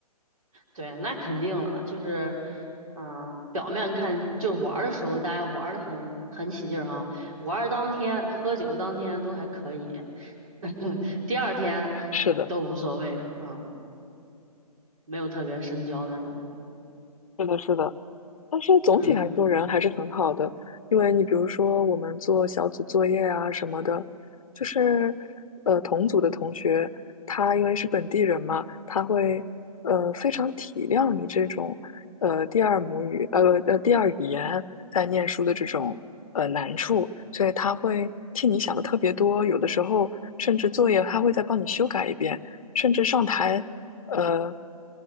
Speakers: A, on the right; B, on the left.
A: 对，那肯定了，就是，嗯、表面看就玩儿的时候，大家玩儿的很很起劲儿哈，玩儿当天、喝酒当天都还可以，<laughs> 第二天
B: 是的，
A: 都无所谓，嗯，没有特别深交那种，
B: 是的，是的。但是总体来说，
A: 嗯
B: 人还是很好的，因为你比如说我们做小组作业啊什么的，就是呃同组的同学，他因为是本地人嘛，他会呃非常体谅你这种呃第二母语呃呃第二语言在念书的这种呃难处，所以他会替你想的特别多，有的时候甚至作业他会再帮你修改一遍，甚至上台。呃